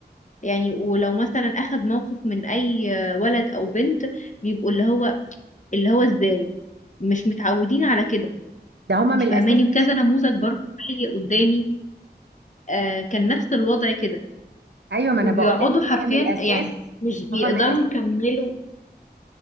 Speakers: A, on the left (about 45°); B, on the right (about 90°).
A: يعني ولو مثلا اخد موقف من اي آه، ولد او بنت بيبقوا اللي هو اللي هو ازاي مش متعودين على كده
B: ده هما
A: انت
B: من
A: فاهماني
B: الاساس
A: وكذا
B: مش
A: نموذج برضه حي قدامي آه، كان نفس الوضع كده
B: ايوه ما
A: وبيقعدوا
B: انا بقول لك هما
A: حرفيا
B: من الاساس
A: يعني مش بيقدروا
B: هما من الاساس
A: يكملوا